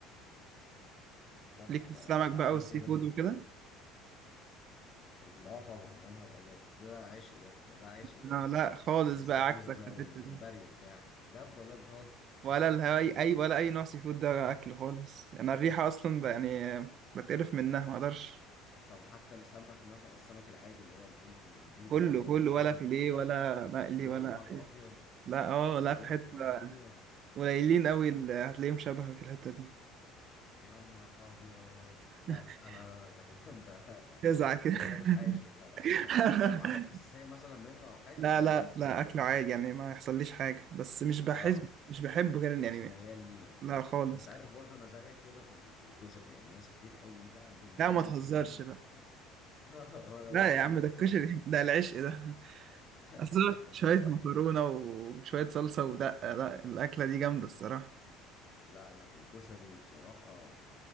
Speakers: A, on the left; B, on the right.
A: بس
B: ليك في
A: ف...
B: السمك
A: فعشان
B: بقى والسي
A: كده
B: فود
A: زي
B: وكده
A: ما بقول اللي اه طبعا يا نهار ابيض ده عشق ده ده ده عشق ده
B: انا لا خالص
A: الاستاكوزا
B: بقى عكسك
A: بقى
B: في
A: والجمبري
B: الحتة دي
A: وبتاع بجد والله بتهزر
B: ولا الهواي اي ولا اي نوع سي فود ده اكل خالص انا الريحة اصلا ب- يعني بتقرف منها ما اقدرش
A: طب حتى السمك مثلا السمك العادي اللي هو البلطي والبودي
B: كله
A: والكلام
B: كله
A: ده بتاكل
B: ولا فيليه
A: منه
B: ولا مقلي
A: يا
B: ولا
A: نهار
B: أي-
A: ابيض
B: لا اه لا في
A: يا
B: حتة
A: نهار ابيض
B: قليلين قوي اللي هتلاقيهم شبه في الحتة دي
A: يا نهار ابيض
B: <laughs>
A: لا لا لا لا، ده كده انت <laughs>
B: تزعل كده
A: ده
B: <laughs>
A: كده مش عايش يا جدع <laughs> طب عندك حساسية مثلا منه او حاجة
B: لا
A: ولا
B: لا
A: بس
B: لا
A: مش بتحب
B: اكله عادي يعني ما يحصليش حاجه بس مش بحس
A: اه
B: مش بحبه كده يعني
A: مش ميال ليه يعني
B: لا خالص
A: انت عارف برضه انا زيك كده في ال... في الكشري يعني ناس كتير قوي بقى بما
B: لا
A: اننا
B: ما تهزرش
A: مصريين وبتاع
B: بقى
A: <laughs> وانا
B: لا
A: شفت
B: يا عم
A: انت
B: ده
A: استغربت
B: الكشري ده العشق ده
A: <laughs>
B: أصل شوية
A: فلا
B: مكرونة وشوية صلصة ودقة لا الأكلة دي جامدة الصراحة
A: انا في الكشري بصراحة